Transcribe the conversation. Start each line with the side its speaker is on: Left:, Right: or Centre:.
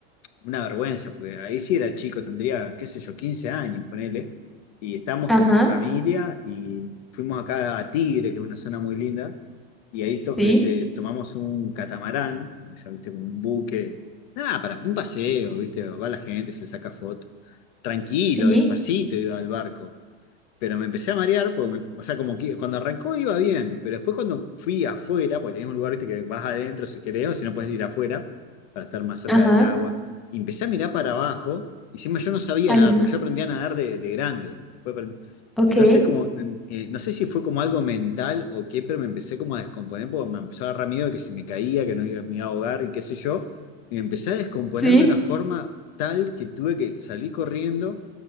Left: una vergüenza, porque ahí sí era chico, tendría, qué sé yo, 15 años, ponele. Y estamos
Centre: ajá,
Left: con mi familia y fuimos acá a Tigre, que es una zona muy linda, y ahí to-
Centre: sí,
Left: este, tomamos un catamarán, ya viste, como un buque, nada, para un paseo, viste, va la gente, se saca foto. Tranquilo,
Centre: sí,
Left: despacito iba al barco pero me empecé a marear, porque me- o sea, como que cuando arrancó iba bien, pero después cuando fui afuera, porque tenés un lugar, viste, que vas adentro si querés, o si no puedes ir afuera, para estar más cerca
Centre: ajá,
Left: del agua, y empecé a mirar para abajo, y encima yo no sabía
Centre: ay,
Left: nadar,
Centre: no,
Left: porque yo aprendí a nadar de, de grande, después aprendí-
Centre: ok,
Left: Entonces, como, mm, eh, no sé si fue como algo mental o qué, pero me empecé como a descomponer, porque me empezó a agarrar miedo de que si me caía, que no iba, me iba a ahogar y qué sé yo, y me empecé a descomponer
Centre: sí,
Left: de una forma tal que tuve que salir corriendo